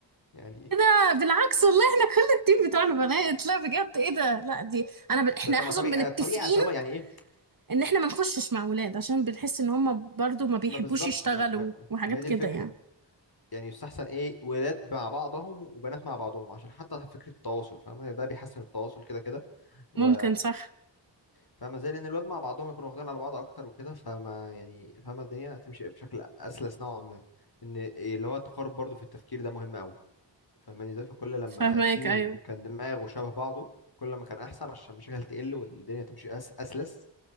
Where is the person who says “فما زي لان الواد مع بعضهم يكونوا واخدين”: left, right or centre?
Left